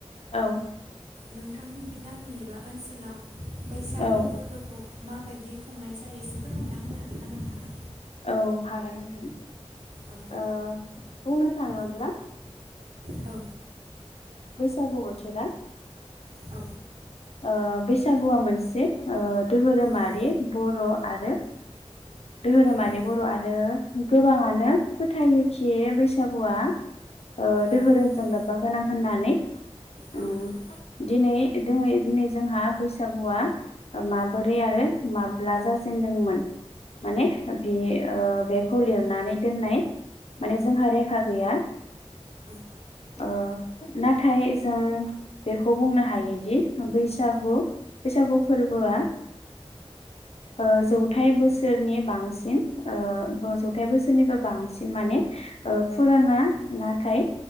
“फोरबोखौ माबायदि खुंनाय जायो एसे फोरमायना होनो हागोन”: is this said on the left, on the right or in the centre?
Right